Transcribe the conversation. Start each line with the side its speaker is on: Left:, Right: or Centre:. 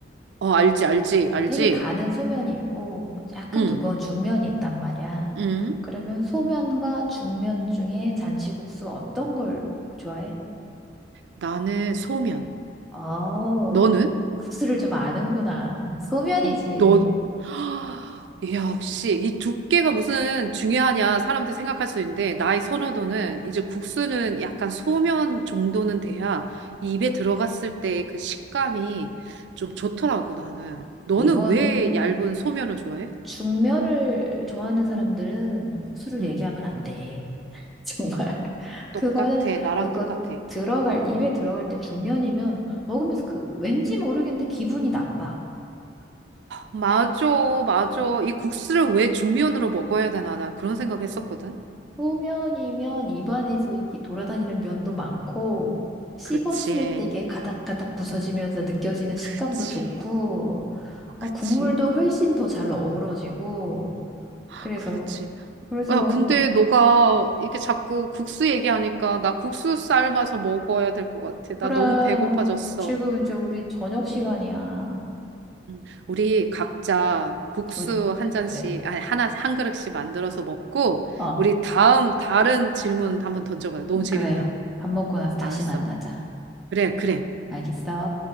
Right: 어, 알지, 알지, 알지.
Centre: 되게 가는 소면이 있고 약간
Right: 응,
Centre: 두꺼운 중면이 있단 말이야.
Right: 응.
Centre: 그러면 소면과 중면 중에 잔치국수 어떤 걸 좋아해?
Right: 나는 소면.
Centre: 어,
Right: 너는?
Centre: 국수를 좀 아는구나. 소면이지.
Right: 어, 너. <gasps> 역시 이 두께가 무슨 중요하냐 사람들 생각할 수 있는데 나의 선호도는 이제 국수는 약간 소면 정도는 돼야 입에 들어갔을 때 그 식감이 좀 좋더라고 나는. 너는
Centre: 이거는
Right: 왜 얇은 소면을 좋아해?
Centre: 중멸을 좋아하는 사람들은 국수를
Right: 응.
Centre: 얘기하면 안 돼. <laughs> 정말.
Right: 똑같아.
Centre: 그거는,
Right: 나랑
Centre: 그거
Right: 똑같아.
Centre: 들어갈, 입에
Right: 응.
Centre: 들어갈 때 중면이면 먹으면서 그 왠지 모르겠는데 기분이 나빠.
Right: 맞아, 맞아. 이 국수를 왜 중면으로 먹어야 되나, 나 그런 생각 했었거든.
Centre: 소면이면 입안에서 이게 돌아다니는 면도 많고, 씹었을
Right: 그치,
Centre: 때 이게 가닥가닥 부서지면서 느껴지는
Right: 그치,
Centre: 식감도 좋고,
Right: 아,
Centre: 어,
Right: 그치.
Centre: 국물도 훨씬 더 잘 어우러지고,
Right: 아,
Centre: 그래서,
Right: 그렇지.
Centre: 그래서,
Right: 야, 근데 너가 이렇게 자꾸 국수 얘기하니까 나 국수 삶아서 먹어야 될 것 같아. 나
Centre: 그랑
Right: 너무 배고파졌어.
Centre: 지금 이제 우리 저녁 시간이야.
Right: 음, 우리 각자 국수
Centre: 우리,
Right: 한 잔씩,
Centre: 그래.
Right: 아니, 하나, 한 그릇씩 만들어서 먹고,
Centre: 어,
Right: 우리 다음 다른 질문 한번 던져봐요. 너무 재밌다.
Centre: 그래. 밥 먹고 나서 다시
Right: 알았어.
Centre: 만나자.
Right: 그래, 그래.
Centre: 알겠어?